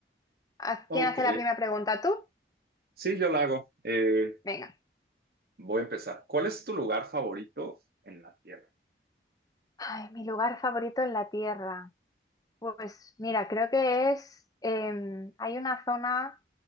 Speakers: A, on the left; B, on the right.
A: ¿A
B: Ok,
A: quién hace la primera pregunta? ¿Tú?
B: sí, yo la hago. Eh,
A: Venga.
B: voy a empezar. ¿Cuál es tu lugar favorito en la Tierra?
A: Ay, mi lugar favorito en la Tierra. Pues mira, creo que es, em, hay una zona